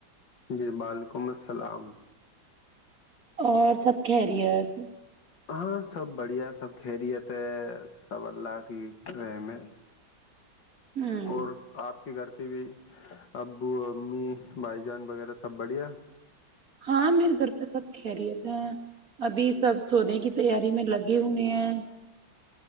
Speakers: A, on the left (about 70°); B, on the right (about 45°).
A: جی بعلیکم السلام
B: اور سب خیریت
A: ہاں سب بڑھیا سب خیریت ہے سب اللہ کی رہ میں
B: ہوں
A: اور آپ کے گھر پہ ابو امی بھائی جان وغیرہ سب بڑھیا
B: ہاں میرے گھر پہ سب خیریت ہیں ابھی سب سونے کی تیاری میں لگے ہوئے ہیں